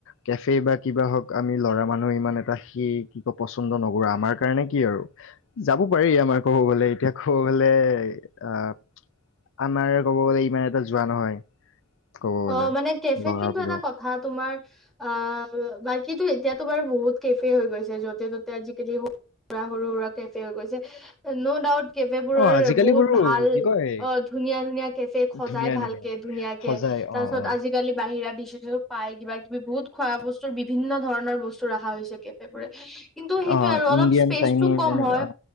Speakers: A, on the left; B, in the centre.
A: কেফে বা কিবা হওক আমি ল'ৰা মানুহ ইমান এটা শিক কি ক পচন্দ নকৰৰা আমাৰ কাৰণে কি আৰু যাব পাৰি আমাৰ কব গলে এতিয়া ক'ব গলে আহ আমাৰ কব গলে ইমান এটা যোৱা নহয় ক'ব গ'লে
B: অ' মানে কেফেত
A: ল'ৰাবোৰক
B: কিন্তু এটা কথা তোমাৰ অ বাকীতো এতিয়াতো বাৰু বহুত কেফে হৈ গৈছে য'তে ত'তে আজিকালিৰু সুৰা সৰু সুৰা কেফে হৈ গৈছে ন' ডাউট কেফে বোৰৰ
A: অ আজিকালি
B: বহুত
A: বোৰো
B: ভাল
A: কি কয়
B: অ' ধুনীয়া ধুনীয়া কেফে সজাই
A: ধুনীয়া
B: ভালকে
A: ধুনীয়া
B: ধুনীয়াকে
A: সজাই অ অ
B: আজিকালি বাহিৰাত দিছ পাই কিবা কিবি বহুত খোৱা বস্তুৰ বিভিন্ন ধৰণৰ বস্তু ৰখা হৈছেগে কিন্তু সেইটোয়ে
A: অ
B: আৰু অলপ
A: ইণ্ডিয়ান
B: স্পেচটো
A: চাইনিজ
B: কম
A: এনেকা
B: হয়
A: অ